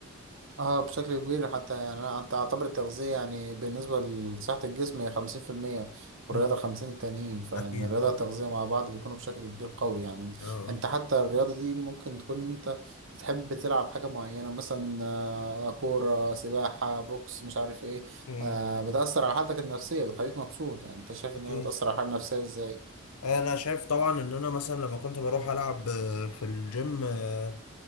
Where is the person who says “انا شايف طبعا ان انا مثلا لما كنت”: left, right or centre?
Left